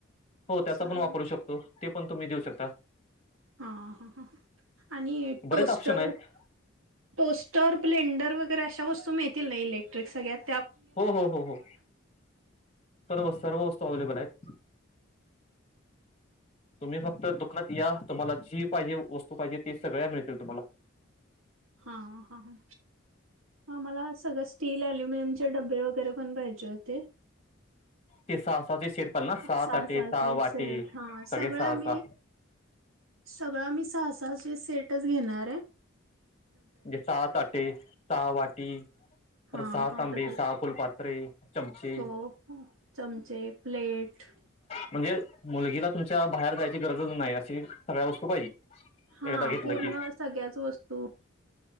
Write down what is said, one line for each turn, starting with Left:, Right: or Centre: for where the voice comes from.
Left: हो त्याचा
Right: चालेल.
Left: पण वापरू होऊ शकतो. ते पण तुम्ही देऊ शकता.
Right: हा हं ह आणि टोस्टर
Left: बरेच ऑप्शन आहेत
Right: टोस्टर ब्लेंडर अशा वस्तु <unintelligible> ना इलेक्ट्रिक सगळ्यात
Left: हो हो हो हो सर्व सर्व वस्तू अवेलेबल आहेत. तुम्ही फक्त दुकानात या तुम्हाला जी पाहिजे वस्तू पाहिजे ते सगळ्या मिळतील तुम्हाला
Right: हा हं हा हा मला सगळं स्टील, अल्युमिनियम चे डब्बे वगैरे पण पाहिजे होते
Left: ते सहा सहाचे सेट पाल ना
Right: सहा
Left: ताटे
Right: सहा चे
Left: वाटी
Right: सेट हा
Left: सगळे
Right: सगळ
Left: सहा
Right: मी
Left: सहा
Right: सगळ मी सहा..... तसे सेटच घेणाराय.
Left: णजे सहा ताटे सहा वाटी
Right: हा
Left: पर सहा
Right: हा
Left: तांबे
Right: तसच
Left: सहा फुलपात्रे चमचे
Right: हो चमचे, प्लेट
Left: म्हणजे मुलगीला तुमच्या बाहेर जायची गरजच नाही अशी सगळ्या वस्तू पाहिजे.
Right: हा
Left: एकदा घेतलं
Right: पूर्ण
Left: की
Right: सगळ्याच वस्तू --